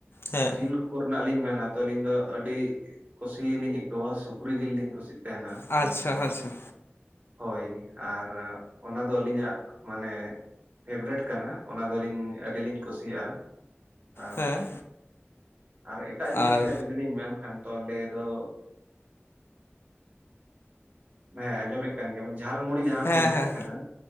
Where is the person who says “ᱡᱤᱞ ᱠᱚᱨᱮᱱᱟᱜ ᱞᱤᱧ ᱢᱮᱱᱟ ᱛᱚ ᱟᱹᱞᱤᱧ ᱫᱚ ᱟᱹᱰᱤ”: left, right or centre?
Right